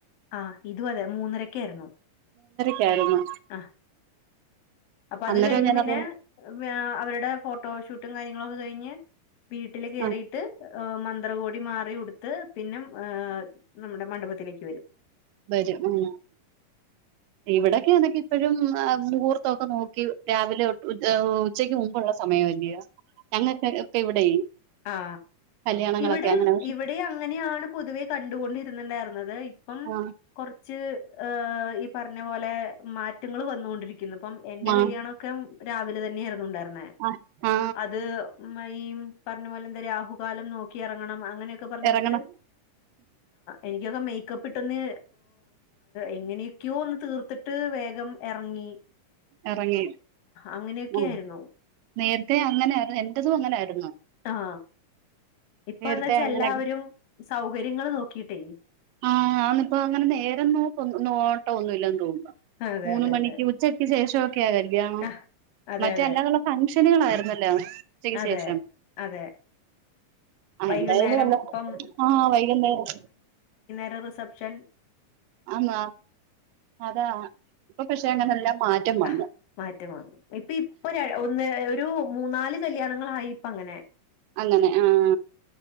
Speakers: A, on the left (about 90°); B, on the right (about 85°).
A: ആ ഇതും അതെ മൂന്നരക്കായിരുന്നു
B: കേറുന്നേ
A: ആ അപ്പൊ
B: അന്നേരം
A: അത് കഴിഞ്ഞ്
B: ഞാനത്
A: പിന്നെ അവരുടെ ഫോട്ടോ ഷൂട്ടും കാര്യങ്ങള- അതുകഴിഞ്ഞ് വീട്ടിൽ കേയറിയിട്ട്
B: ആ
A: മന്ത്രകോടി പടി മാറി ഉടുത്ത് പിന്നെ നമ്മുടെ മണ്ഡപത്തിലേക്ക് വരും
B: വരും ഉം ഇവിടൊക്കെ അതൊക്കെ ഇപ്പോഴും മുഹൂർത്തൊക്കെ നോക്കി രാവിലെ ഉച്ചയ്ക്ക് മുമ്പുള്ളസമയമല്ലോയോ ഞങ്ങക്- ഇവിടെ
A: ആ
B: കല്യാണങ്ങളൊക്കെ
A: ഇവിടെ
B: അങ്ങനെ പക്ഷെ
A: ഇവിടെ അങ്ങനെയാണ് പൊതുവെ കണ്ടുകൊണ്ടിരി - ണ്ടായിരുന്നത് ഇപ്പം
B: ആ
A: കൊറ- റ്റ് ഈ പറഞ്ഞ പോലെ മാറ്റങ്ങൾ വന്നൊണ്ടിരിക്കും ഇന്നിപ്പം എന്റെ
B: മാ-
A: കല്യാണ ഒക്കെ രാവിലെ തന്നെ ഇറരുന്നുണ്ടായിരുന്നു
B: ആ ആ
A: അത് <unintelligible> പറഞ്ഞ പോലെ എന്തെ രാഹുകാലം നോക്കി ഇറങ്ങണം അങ്ങനൊക്കെ പറഞ്ഞിട്ട്
B: ഇറങ്ങണം
A: എനിക്ക് ഇകം മേക്കപ്പ് ഇട്ടന്ന് എങ്ങനെ ക്യൂ ഒന്ന് തീർത്തിട്ട് വേഗം- ഭംഗി
B: ഇറങ്ങി
A: അങ്ങനെയൊക്കെയായിരുന്നു.
B: ആ നേരത്തെ അങ്ങനായിരുന്നു എന്റതും അങ്ങനായിരുന്നു
A: ആ ഇപ്പന്ന്
B: നേരത്തെ
A: വച്ചാ
B: അങ്ങനെ
A: എല്ലാവരും സൗകര്യങ്ങള്നോക്കിട്ടേ
B: ആ അന്നിപ്പോ അങ്ങനെ നേരം നോ നോട്ടോ ഒന്നുല്ലന്ന് തോന്നുന്നു
A: അതെ
B: മൂന്ന്
A: അതെ
B: മണിക്ക്
A: അതെ.
B: ഉച്ചക്ക് ശേഷം ക്ക്യാ കല്യാണം
A: ആ, അതെ
B: മറ്റേ
A: അതെ.
B: അല്ലാതുള്ള ഫംഗഷനുകളായിരുന്നല്ലോ ഉച്ചക്ക്
A: അതെ
B: ശേഷം
A: അതെ
B: ആ
A: വൈകുന്നേരം
B: എന്തായാലും
A: ഇപ്പം
B: ആ വൈകുന്നേരം
A: രം റിസെപ്ഷൻ
B: ആന്ന് അതാ ഇപ്പൊ പക്ഷെ അങ്ങനെ എല്ലാ മാറ്റം വന്നു
A: ആഹ് മാറ്റം വന്നു ഇപ്പ ഇപ്പൊ ഒന്ന് ഒരു മൂന്നാല് കല്യാണങ്ങളായി ഇപ്പങ്ങനെ
B: അങ്ങനെ ആഹ്